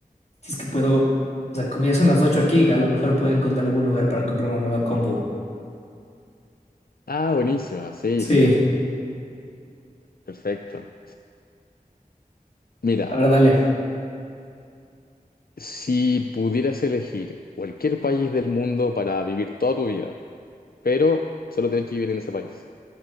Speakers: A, on the left; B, on the left.
A: Si es que puedo, o sea, como ya son las 8 aquí, a lo mejor puedo encontrar algún lugar para comprar una nueva compu.
B: Ah, buenísima, sí,
A: Sí,
B: sí, perfecto. Mira,
A: a ver, dale.
B: Si pudieras elegir cualquier país del mundo para vivir toda tu vida, pero solo tienes que vivir en ese país,